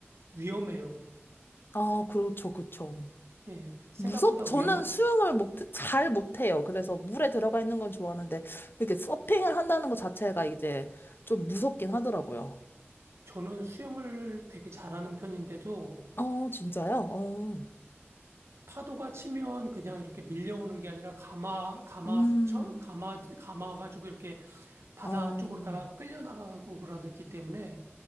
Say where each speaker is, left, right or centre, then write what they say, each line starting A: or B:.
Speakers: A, on the right; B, on the left.
A: 위험해요.
B: 아, 그렇죠, 그렇죠.
A: 예, 생각보다
B: 무섭, 저는
A: 위험한,
B: 수영을 못, 잘 못해요. 그래서 물에 들어가 있는 건 좋아하는데, 이렇게 서핑을 한다는 것 자체가 이제 좀 무섭긴 하더라고요.
A: 저는 수영을 되게 잘하는 편인데도
B: 어, 진짜요? 어,
A: 파도가 치면 그냥 이렇게 밀려오는 게 아니라 감아, 감아쳐,
B: 음,
A: 감아, 감아가지고 이렇게 바다
B: 어,
A: 쪽으로다가 끌려나가고 그러기 때문에